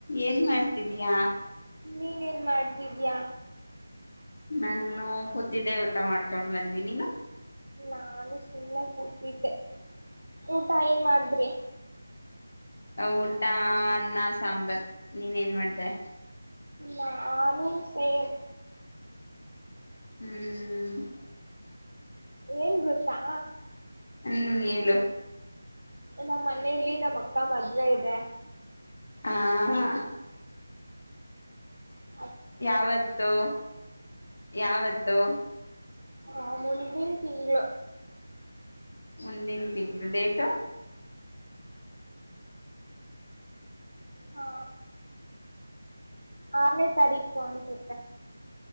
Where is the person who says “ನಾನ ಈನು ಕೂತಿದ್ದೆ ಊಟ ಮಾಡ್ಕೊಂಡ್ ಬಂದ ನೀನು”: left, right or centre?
Left